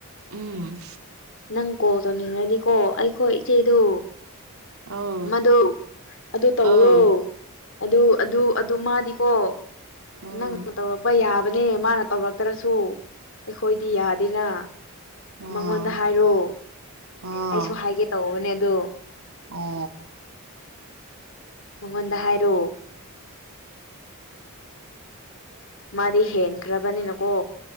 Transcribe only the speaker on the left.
ꯅꯪ ꯀꯣꯜ ꯇꯧꯅꯤꯡꯔꯗꯤꯀꯣ ꯑꯩꯈꯣꯏ ꯏꯆꯦꯗꯣ
ꯃꯗꯨ ꯑꯗꯨ ꯇꯧꯔꯣ
ꯑꯗꯨ ꯑꯗꯨ ꯑꯗꯨ ꯃꯥꯗꯤꯀꯣ
ꯅꯪ ꯇꯧꯔꯛꯄ ꯌꯥꯕꯅꯦ ꯃꯥꯅ ꯇꯧꯔꯛꯇ꯭ꯔꯁꯨ ꯑꯩꯈꯣꯏꯗꯤ ꯌꯥꯗꯦꯅ
ꯃꯉꯣꯟꯗ ꯍꯥꯏꯔꯣ
ꯑꯩꯁꯨ ꯍꯥꯏꯒꯦ ꯇꯧꯕꯅꯦ ꯑꯗꯣ
ꯃꯉꯣꯟꯗ ꯍꯥꯏꯔꯣ ꯃꯥꯗꯤ ꯍꯦꯟꯈ꯭ꯔꯕꯅꯤꯅꯀꯣ